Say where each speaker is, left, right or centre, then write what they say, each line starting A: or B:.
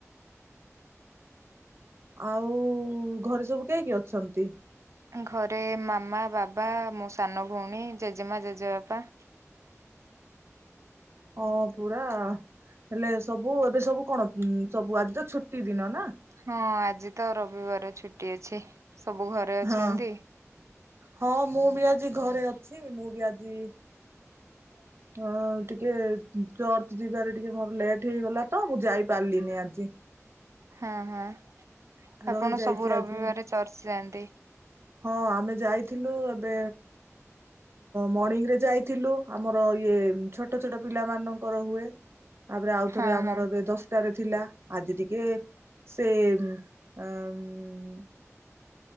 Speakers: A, on the right; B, on the right.
A: ଆଉ ଘରେ ସବୁ କେହି କି ଅଛନ୍ତି।
B: ଘରେ ମାମା ବାବା ମୋ ସାନ ଭଉଣୀ ଜେଜେମା ଜେଜେବାପା।
A: ହଁ ପୁରା ହେଲେ ସବୁ ଏବେ ସବୁ କଣ ସବୁ ଆଜି ଛୁଟି ଦିନ ନା।
B: ହଁ ଆଜି ତ ରବିବାର ଛୁଟି ଅଛି ସବୁ ଘରେ ଅଛନ୍ତି
A: ହଁ ହଁ ମୁଁ ବି ଆଜି ଘରେ ଅଛି ମୁଁ ବି ଆଜି <inaudible> ଅ ଟିକେ ଚର୍ଚ ଯିବାରେ ଟିକେ ମୋର ଲେଟ ହେଇଗଲା ତ ମୁଁ ଯାଇପାରିଲିନି ଆଜି। <unintelligible>
B: ହଁ ହଁ ଆପଣ
A: ରହିଯାଇଛି
B: ସବୁ ରବିବାର
A: ଆଜି
B: ଚର୍ଚ୍ଚ ଯାଆନ୍ତି।
A: ହଁ ଆମେ ଯାଇଥିଲୁ ଏବେ ମର୍ଣିଂ ରେ ଯାଇଥିଲୁ। ଆମର ଇଏ ଛୋଟ ଛୋଟ ପିଲା ମାନଙ୍କର ହୁଏ ତାପରେ ଆଉଥରେ
B: ହଁ
A: ଆମର
B: ହଁ
A: ଏବେ ଦଶ ାରେ ଥିଲା ଆଜି ଟିକେ ସେ ଉ